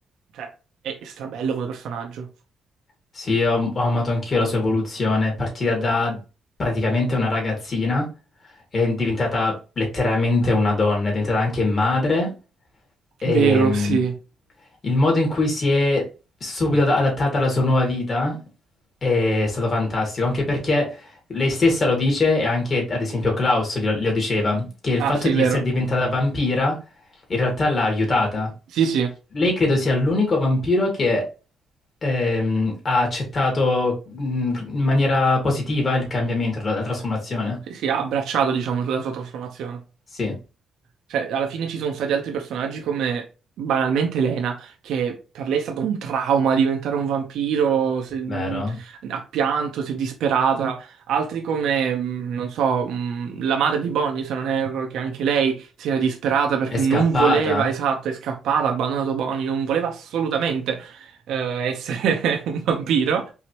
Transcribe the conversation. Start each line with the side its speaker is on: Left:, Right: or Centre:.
Right: cioè, è è strabello come personaggio.
Left: Sì, ho, ho amato anch'io la sua evoluzione. È partita da praticamente una ragazzina, è diventata letteralmente una donna, è diventata anche madre Ehm,
Right: Vero, sì.
Left: il modo in cui si è subito ad- adattata alla sua nuova vita eh, è stato fantastico, anche perché lei stessa lo dice e anche, ad esempio, Klaus glielo, glielo diceva, che il
Right: Ah,
Left: fatto
Right: sì,
Left: di
Right: vero.
Left: essere diventata vampira in realtà l'ha aiutata.
Right: Sì, sì.
Left: Lei credo sia l'unico vampiro che ehm, ha accettato mh, in maniera positiva il cambiamento, la, la trasformazione.
Right: Sì, sì, ha abbracciato, diciamo, la sua trasformazione.
Left: Sì,
Right: Cioè, alla fine ci sono stati altri personaggi come banalmente Lena, che per lei è stato un trauma diventare un vampiro, se-
Left: vero.
Right: ha pianto, si è disperata. Altri come, mh, non so, mh, la madre di Bonnie, se non erro, che anche lei si era disperata perché
Left: È scappata.
Right: non voleva, esatto, è scappata, ha abbandonato Bonnie, non voleva assolutamente eh, essere <laughs> un vampiro.